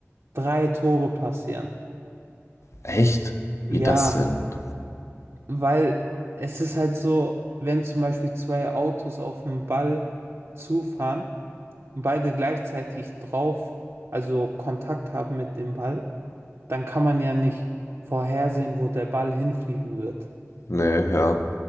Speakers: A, on the right (about 65°); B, on the left (about 65°).
A: drei Tore passieren.
B: Echt?
A: Ja,
B: Wie das denn?
A: Weil es ist halt so, wenn zum Beispiel zwei Autos auf den Ball zufahren und beide gleichzeitig drauf, also Kontakt haben mit dem Ball, dann kann man ja nicht vorhersehen, wo der Ball hinfliegen wird.
B: Nee, ja.